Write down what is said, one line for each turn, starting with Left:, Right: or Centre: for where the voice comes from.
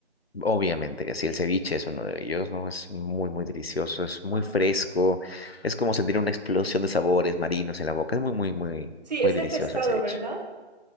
Left: Obviamente que sí, el ceviche es uno de ellos, ¿no? Es muy, muy delicioso, es muy
Right: Ajá.
Left: fresco, es como sentir una explosión de sabores marinos en la boca, es muy, muy, muy,
Right: Sí,
Left: muy
Right: es
Left: delicioso
Right: de pescado,
Left: el ceviche.
Right: ¿verdad?